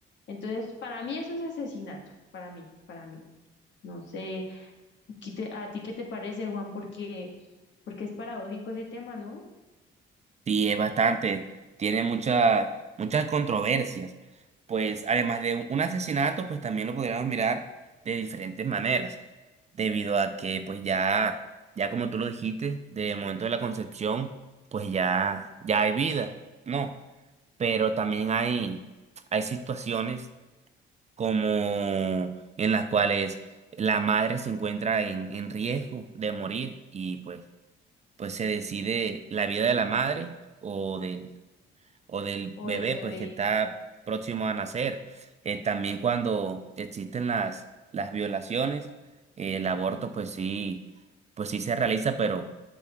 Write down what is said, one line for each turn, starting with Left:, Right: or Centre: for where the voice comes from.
Left: Entonces, para mí eso es asesinato, para mí, para mí. No sé, aquí te- ¿a ti qué te parece, Juan? Porque, porque es paradójico ese tema, ¿no?
Right: Sí, es bastante. Tiene muchas muchas controversias. Pues además de un asesinato, pues también lo podríamos mirar de diferentes maneras, debido a que pues ya, ya como tú lo dijiste, desde el momento de la concepción, pues ya, ya hay vida, ¿no? Pero también hay, hay situaciones como en las cuales la madre se encuentra en, en riesgo de morir y pues, pues se decide la vida de la madre o del o del
Left: O
Right: bebé
Left: el bebé.
Right: pues que está próximo a nacer. Eh, también cuando existen las, las violaciones, eh, el aborto pues sí, pues sí se realiza, pero